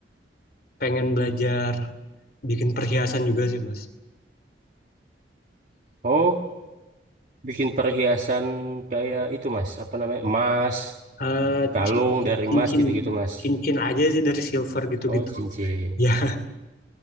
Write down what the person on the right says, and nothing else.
oh bikin perhiasan kayak itu mas apa namanya emas
kalung
dari
emas gitu-gitu mas
oh cincin